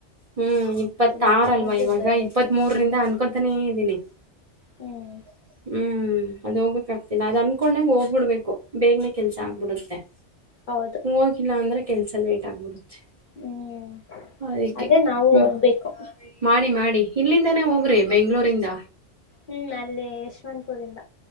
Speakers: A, on the right (about 40°); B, on the left (about 50°).
A: ಹ್ಮ್ ಇಪ್ಪತ್ತಾರ್
B: ಇಲ್ಲ
A: ಅಲ್ವಾ
B: ಹೋಗ್ಬಿಟ್
A: ಇವಗ
B: ಬರ್ಬೇಕು
A: ಇಪ್ಪತ್ಮೂರು
B: ಹ್ಮ್
A: ರಿಂದ ಅನ್ಕೊತನೇ ಇದಿನಿ <inaudible>
B: ಹ್ಮ್
A: <unintelligible> ಹ್ಮ್ ಅದು ಹೋಗಕ್ ಆಗ್ತಿಲ್ಲ ಅದ್ ಅನ್ಕೊಂಡಂಗ್ ಹೋಗ್ಬಿಡ್ಬೇಕು. ಬೇಗ್ನೇ ಕೆಲ್ಸ ಆಗ್ಬಿಡುತ್ತೆ <unintelligible>
B: ಹೌದು
A: ಹೋಗಿಲ್ಲ ಅಂದ್ರೆ ಕೆಲ್ಸ ಲೇಟ್ ಆಗ್ ಬು <unintelligible>
B: ಹ್ಮ್
A: ಅದಕ್ಕೆ
B: ಅದೇ ನಾವು
A: ಮ
B: ಹೋಗ್ಬೇಕು
A: ಮಾಡಿ ಮಾಡಿ ಇಲ್ಲಿಂದನೆ ಹೋಗ್ರಿ ಬೆಂಗ್ಳೂರಿಂದ.
B: ಹ್ಮ್ ಅಲ್ಲಿ ಯಶವಂತಪುರಿಂದ